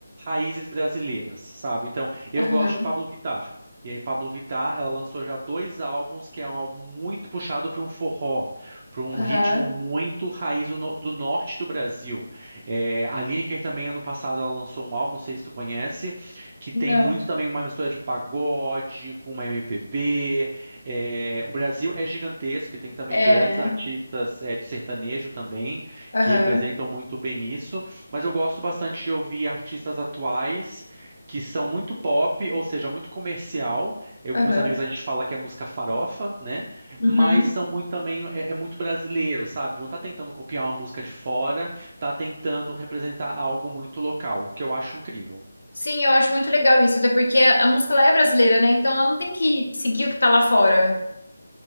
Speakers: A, on the right; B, on the left.
A: raízes brasileiras, sabe? Então, eu
B: Aham.
A: gosto de Pablo Vittar. E aí, Pablo Vittar, ela lançou já dois álbuns, que é um álbum muito puxado para um forró, para um
B: Aham.
A: ritmo muito raiz do no- do norte do Brasil. É, a Lineker também, ano passado, ela lançou um álbum, não sei se tu conhece, que tem
B: Não.
A: muito também uma mistura de pagode com uma MPB. É, o Brasil é gigantesco e tem também
B: É.
A: grandes artistas, é, de sertanejo também,
B: Aham.
A: que representam muito bem isso. Mas eu gosto bastante de ouvir artistas atuais. Que são muito pop, ou seja, muito comercial. Eu,
B: Aham.
A: meus amigos, a gente fala que é música farofa, né?
B: Uhum.
A: Mas são muito também, é, é muito brasileiro, sabe? Não tá tentando copiar uma música de fora, tá tentando representar algo muito local, o que eu acho incrível.
B: Sim, eu acho muito legal isso, até porque a a música ela é brasileira, né? Então ela não tem que seguir o que tá lá fora.